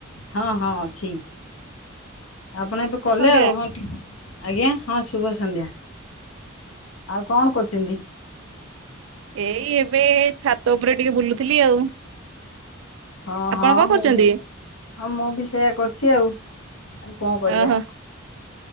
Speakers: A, on the left (about 80°); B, on the right (about 70°).
A: ହଁ ହଁ ଅଛି ଆପଣ ଏବେ
B: ଶୁଭ
A: କଲେ
B: ସନ୍ଧ୍ୟା
A: ଆଉ ହଁ ଟିକ ଆଜ୍ଞା ହଁ ଶୁଭ ସନ୍ଧ୍ୟା। ଆଉ କଣ କରୁଚନ୍ତି?
B: ଏଇ ଏବେ ଛାତ ଉପରେ ଟିକେ ବୁଲୁଥିଲି ଆଉ।
A: ହଁ
B: ଆପଣ
A: ହଁ
B: କଣ କରୁଛନ୍ତି?
A: ମୁଁ ବି ହଁ ମୁଁ ବି ସେୟା କରୁଛି ଆଉ। ଆଉ କଣ କରିବା।
B: ଓହୋ